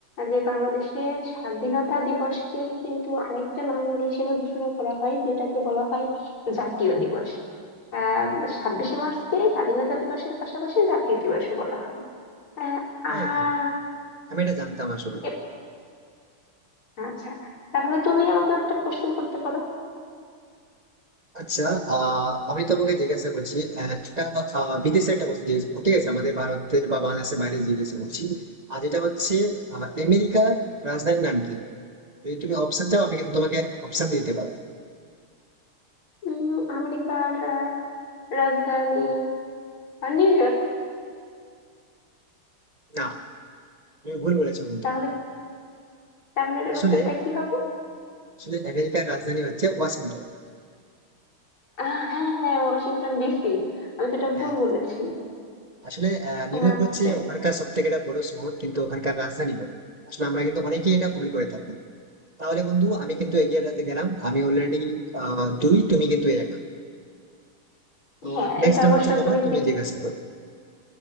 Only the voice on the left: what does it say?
যে বাংলাদেশের স্বাধীনতা দিবসকে কিন্তু আরেকটা নাম হিসেবে ঘোষণা করা হয় যেটাকে বলা হয় জাতীয় দিবস আহ ছাব্বিশে মার্চকে স্বাধীনতা দিবসের পাশাপাশি জাতীয় দিবসও বলা হয় আহ
আহ,
এ- আচ্ছা তাহলে তুমি আমাকে একটা কোশ্চেন করতে পারো
উম, আমেরিকার আহ, রাজধানী নিউ ইয়র্ক
তাহলে তাহলে এটার
উত্তরটা কি হবে
আহ, হ্যাঁ হ্যাঁ ওয়াশিংটন ডিসি আমি তো এটা
ভুল বলেছি
আহ,
বুঝতে
হ্যাঁ
এটা
অবশ্য
তুমি
ঠিক